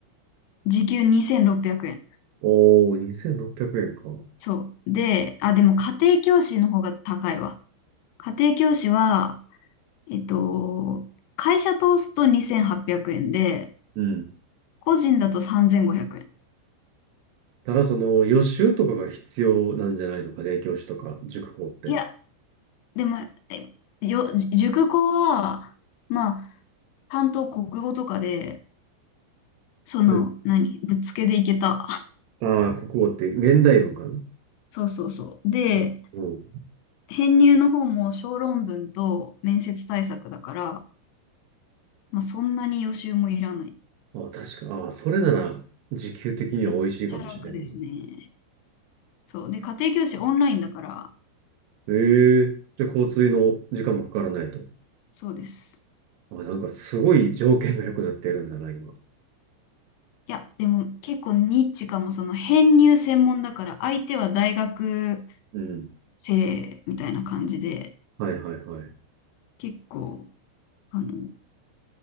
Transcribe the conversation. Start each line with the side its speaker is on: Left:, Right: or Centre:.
Left: 時給2600円。
Right: おー、2600円か。
Left: そう。で、あ、でも家庭教師の方が高いわ。家庭教師は、えっと、会社通すと2800円で、
Right: うん。
Left: 個人だと3500円。
Right: ただその予習とかが必要なんじゃないのか、家庭教師とか塾講って。
Left: いや、でも、えよ、塾講は、まあ、担当国語とかで、その、
Right: うん
Left: 何、ぶっつけでいけた。
Right: ああ、国語って現代文かな
Left: そうそうそうそう。で、
Right: あ、うん。
Left: 編入の方も小論文と面接対策だから、まあ、そんなに予習もいらない。
Right: あ、確か。ああ、それなら時給的には美味しいかもしれんな。
Left: めっちゃ楽ですね。そう。で、家庭教師オンラインだから、
Right: ええじゃあ交通の時間もかからないと。
Left: そう、そうです。
Right: あ、なんかすごい条件が良くなってるんだな、今。
Left: いや、でも結構ニッチかも、その編入専門だから、相手は大学
Right: うん。
Left: 生みたいな感じで、
Right: はいはいはい。
Left: 結構、あの、